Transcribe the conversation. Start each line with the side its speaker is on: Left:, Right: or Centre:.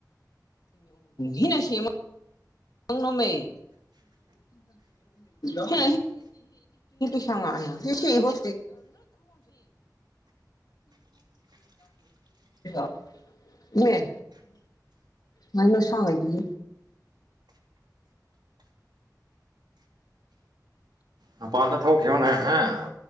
Left: ꯍꯤꯅꯥꯁꯤꯃ ꯅ ꯅꯣꯃꯩ ꯍ ꯍ ꯁꯉ <unintelligible> ꯑꯦ ꯃꯥꯏꯅ ꯁꯉꯣꯏꯗꯤ
Right: ꯃꯄꯥꯟꯗ ꯊꯧꯈꯤꯕꯣꯅꯦ ꯍꯥꯏꯦ